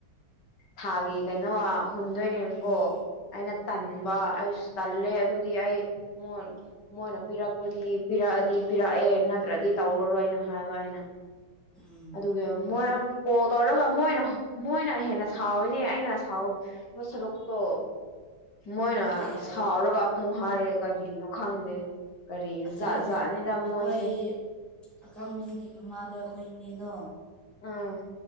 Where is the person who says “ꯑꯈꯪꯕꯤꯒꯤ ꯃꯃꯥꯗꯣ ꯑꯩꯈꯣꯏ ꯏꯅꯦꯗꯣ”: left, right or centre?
Centre